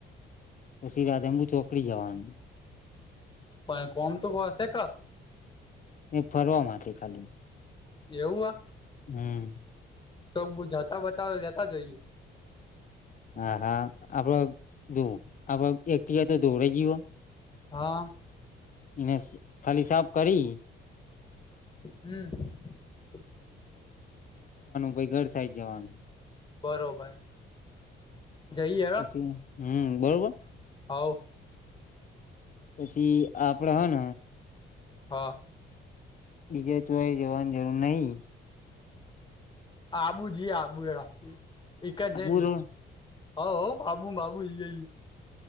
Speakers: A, on the left (about 40°); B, on the left (about 25°).
A: પસી રાધનપુર ચોકડી જવાનુ.
B: પણ કોમ તો હશે ક.
A: નઈ ફરવા માટે ખાલી.
B: એવુ હ.
A: હમ.
B: તો બ જતા બતાવે લેતા જોઈએ.
A: હ હા આપડ જો આપડ એકટીવા તો ધોવાય જીયુ હ.
B: હા
A: એને ખાલી સાફ કરી.
B: હમ. <inaudible>
A: પઈ ઘર સાઈડ જવાનુ.
B: બરોબર જઈએ હ.
A: પછી હમ બરોબર.
B: આવો.
A: પસી આપડે હ ન.
B: હા.
A: બીએ ચોય જવાન જરૂર નહી.
B: આબુ જીએ આબુ હેડો. એઈ ક જ <unintelligible>
A: બરોબર
B: હવ હો આબુ બાબુ જી આઇ એ.